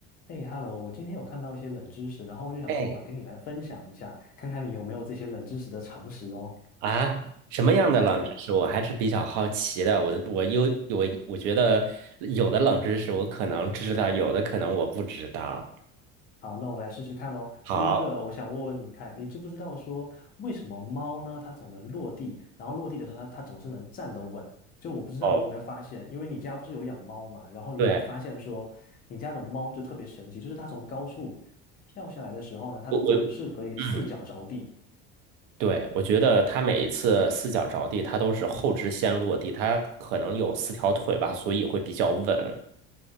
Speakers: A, on the left; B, on the right.
A: 嘿 h e l l o 我今天有看到一些冷知识，然后我就想说，
B: 哎
A: 嘛，跟你来分享一下，看看你有没有这些冷知识的常识哦。
B: 啊，什么样的冷知识我还是比较好奇的。
A: 对，
B: 我的我有我我觉得有的冷知识我可能知道，有的可能我不知道。
A: 好，那我们来试试看喽。
B: 好，
A: 第一个，我想问问你看，你知不知道说为什么猫呢，它总能落地，然后落地的时候它它总是能站得稳？就我不知道你有没有发现，
B: 哦，
A: 因为你家不是有养猫嘛，然后你有没有发现说你家的猫就特别神奇，
B: 对，
A: 就是它从高处跳下来的时候呢，它总是可以四脚着地，
B: 我我嗯，对，我觉得他每一次四脚着地，他都是后肢先落地，他可能有四条腿吧，所以会比较稳。